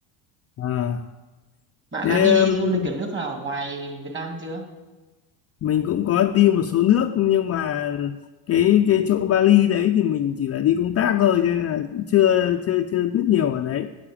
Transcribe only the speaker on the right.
bạn
đã đi
du lịch ở nước nào ngoài Việt Nam chưa